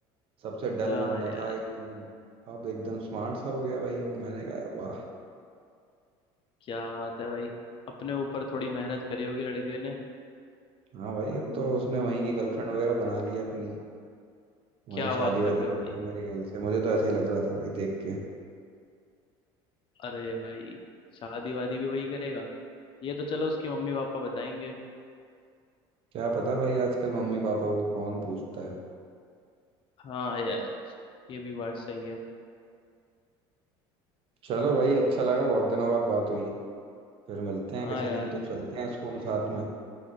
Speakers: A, on the right; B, on the left.
A: सबसे डल
B: हाँ
A: बंदा
B: यार
A: था एकदम अब एकदम स्मार्ट सा हो गया भाई वो मैंने कहा वाह
B: क्या बात है भाई अपने ऊपर थोड़ी मेहनत करी होगी लड़के ने
A: हाँ भाई अब
B: हम्म,
A: तो उसने वहीं की गर्लफ्रेंड वगैरह बना ली है अपनी वहीं
B: क्या
A: शादी
B: बात
A: वादी
B: कर रहे
A: करेगा
B: हो भाई
A: मेरे ख्याल से मुझे तो ऐसे ही लग रहा था भाई देख के
B: अरे भाई शादी वादी भी वही करेगा ये तो चलो उसके मम्मी पापा बताएंगे
A: क्या पता भाई आजकल मम्मी पापा को कौन पूछता है
B: हाँ यार ये भी बात सही है
A: चलो भाई अच्छा लगा बहुत दिनों बाद बात हुई फिर मिलते हैं
B: हाँ
A: किसी
B: यार
A: दिन तो चलते हैं स्कूल साथ में